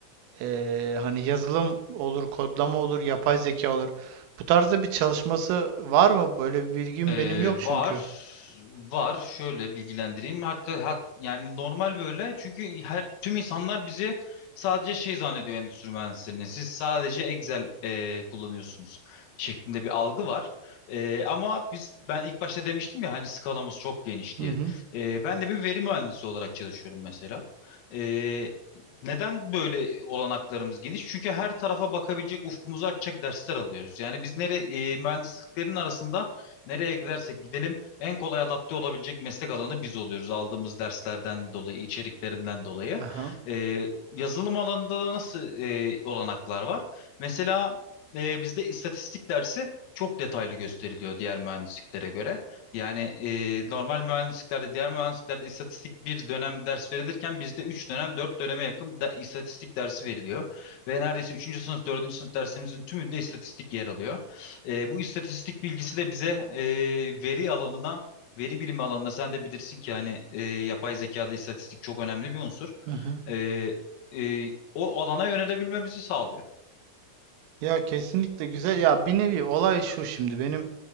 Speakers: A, on the right; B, on the left.
A: e, hani yazılım olur, kodlama olur, yapay zeka olur. Bu tarzda bir çalışması var mı? Böyle bir bilgim
B: Ee,
A: benim yok
B: var.
A: çünkü.
B: Var. Şöyle bilgilendireyim. Hakikaten yani normal böyle. Çünkü her tüm insanlar bizi sadece şey zannediyor endüstri mühendislerini. Siz sadece Excel e, kullanıyorsunuz şeklinde bir algı var. E, ama biz ben ilk başta demiştim ya hani skalamız çok geniş
A: Hı
B: diye.
A: hı.
B: E, ben de bir veri mühendisi olarak çalışıyorum mesela. E, neden böyle olanaklarımız geniş? Çünkü her tarafa bakabilecek ufkumuzu açacak dersler alıyoruz. Yani biz nereye mühendisliklerin arasında Nereye gidersek gidelim en kolay adapte olabilecek meslek alanı biz oluyoruz aldığımız derslerden dolayı, içeriklerinden dolayı.
A: Aha.
B: Ee, yazılım alanında da nasıl e, olanaklar var? Mesela e, bizde istatistik dersi çok detaylı gösteriliyor diğer mühendisliklere göre. Yani e, normal mühendisliklerde, diğer mühendisliklerde istatistik bir dönem ders verilirken bizde 3 dönem, 4 döneme yakın da, istatistik dersi veriliyor. Ve neredeyse üçüncü sınıf, dördüncü sınıf dersimizin tümünde istatistik yer alıyor. E, bu istatistik bilgisi de bize e, veri alanına, veri bilimi alanına sen de bilirsin ki hani e, yapay zekada istatistik çok önemli bir unsur.
A: Hı hı.
B: E, e, o alana yönelebilmemizi sağlıyor.
A: Ya kesinlikle güzel. Ya bir nevi olay şu şimdi benim